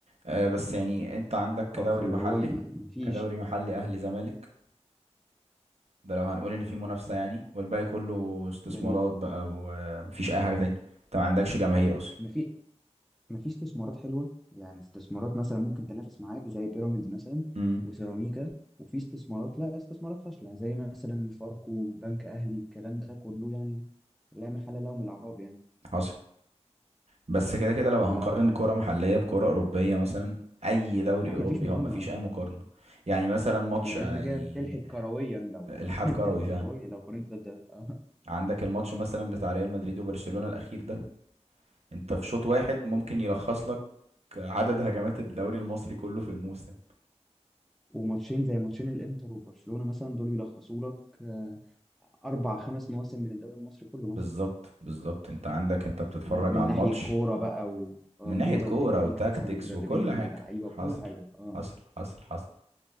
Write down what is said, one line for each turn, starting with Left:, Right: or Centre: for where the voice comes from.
Right: آه، بس يعني انت عندك كدوري
Centre: اه فاللي
Right: محلي
Centre: هو م- مفيش
Right: كدوري محلي اهلي زمالك ده لو هنقول ان في منافسة يعني والباقي كله استثمارات
Centre: جميل
Right: بقى ومفيش اي حاجة تاني انت ما عندكش جماهير اصلا
Centre: مفيش مفيش استثمارات حلوه يعني استثمارات مثلا ممكن تنافس معاك زي بيراميدز مثلا
Right: امم
Centre: وسيراميكا وفي استثمارات لا استثمارات فاشله زي مثلا فاركو بنك اهلي الكلام ده كله يعني لا محل له من الاعراب يعني
Right: حصل بس كده كده لو هنقارن
Centre: ف
Right: كرة محلية بكرة أوروبية مثلا أي دوري
Centre: لا
Right: أوروبي
Centre: مفيش مقارنه
Right: هو مفيش أي مقارنة يعني مثلا ماتش
Centre: يبقى
Right: آه،
Centre: انت كده
Right: يعني
Centre: بتلحق كرويا لو
Right: الحاد
Centre: <laughs>
Right: كروي
Centre: بتلحق
Right: فعلا
Centre: كرويا لو قارنت ده بده <laughs> آه.
Right: عندك الماتش مثلا بتاع ريال مدريد وبرشلونة الأخير ده أنت في شوط واحد ممكن يلخص لك عدد هجمات الدوري المصري كله في الموسم
Centre: وماتشين زي ماتشين الانتر وبرشلونه مثلا دول يلخصوا لك آه، اربع خمس مواسم من الدوري المصري كله
Right: بالظبط بالظبط أنت عندك أنت بتتفرج
Centre: آه، من
Right: على
Centre: ناحية
Right: الماتش
Centre: كورة بقى و... آه،
Right: من
Centre: كورة
Right: ناحية كورة
Centre: وتكتيك
Right: وتاكتكس
Centre: مثلا ومدربين
Right: وكل حاجة
Centre: ولاعيبة وكل
Right: حصل
Centre: حاجة اه
Right: حصل حصل حصل